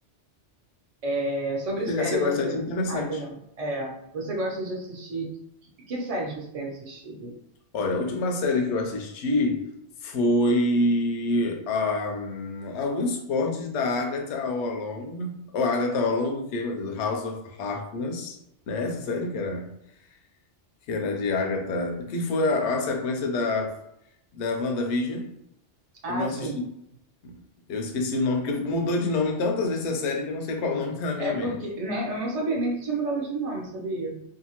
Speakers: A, on the right; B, on the left.
A: É, sobre série
B: Chega a ser
A: você.
B: bastante interessante.
A: Ai, perdão. É, você gosta de assistir. Que séries você tem assistido?
B: Olha, a última série que eu assisti foi ahm, alguns cortes da Agatha All Along, ou Agatha All Along, o quê, meu Deus? House of Harkness, né? Essa série que era, que era de Agatha, que foi a, a sequência da, da WandaVision.
A: Ah,
B: Eu não assisti
A: sim.
B: Eu esqueci o nome, porque mudou de nome tantas vezes a série que eu não sei qual o nome que tá na minha
A: É porque,
B: mente.
A: né, eu não sabia nem que tinha mudado de nome, sabia?